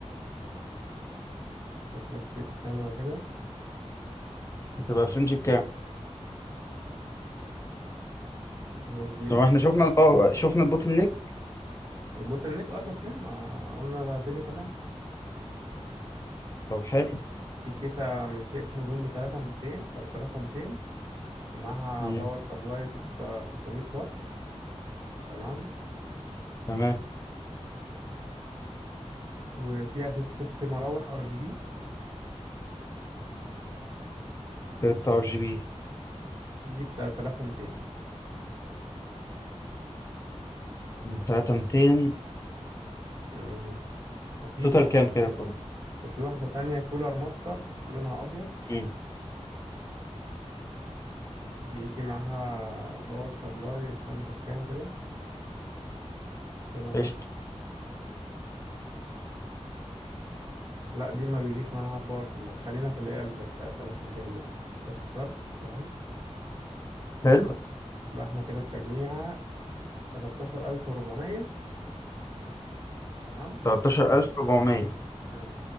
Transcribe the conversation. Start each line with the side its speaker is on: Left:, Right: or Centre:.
Right: شوف له كيس حلوة كده
Left: بتبقى فرنج كام
Right: و اس بي
Left: طب احنا
Right: سي
Left: شفنا الباور شفنا البوتل نيك
Right: البوتل نيك اه شفناه ما قلنا ده الدنيا تمام
Left: طب حلو
Right: في كيسة من تكنو زوم بتلاتة ميتين تلاتة آلاف ومتين ومعاها
Left: مم.
Right: باور مم. سبلاي ست ستمية واط تمام
Left: تمام
Right: وفيها ست ست مراوح ار جي بي
Left: 3 ار جي بي
Right: دي بتلاتة آلاف ومتين
Left: 3200
Right: مم. وفي
Left: توتال كام كده كله
Right: وفي واحدة تانية كولر ماستر لونها أبيض
Left: مم.
Right: بيجي معاها باور سبلاي استنى أشوف كام كده كولر
Left: قشطة
Right: ماستر لا دي ما بيجيش معاها باور سبلاي خلينا في اللي هي اللي بتاع 3200 دي أحسن هوت كارد تمام
Left: حلو
Right: يبقى احنا كده التجميعة 13400 تمام
Left: 13400
Right: مم.